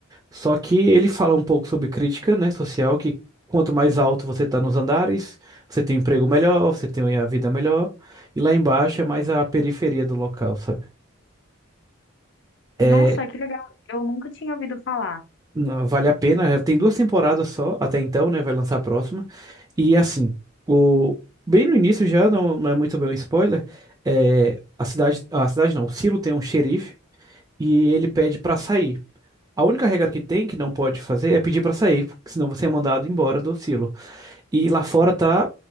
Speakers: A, on the right; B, on the left.
A: Só que ele fala um pouco sobre crítica, né, social, que quanto mais alto você está nos andares, você tem um emprego melhor, você tem a vida melhor, e lá embaixo é mais a periferia do local, sabe? é
B: Nossa, que legal. Eu nunca tinha ouvido falar.
A: Não, Vale a pena. ela Tem duas temporadas só até então, né? Vai lançar a próxima. E assim, o bem no início já não, não é muito bem um spoiler. É, a cidade, a cidade não, o Silo tem um xerife e ele pede pra sair. A única regra que tem que não pode fazer é pedir pra sair, porque senão você é mandado embora do Silo. E lá fora tá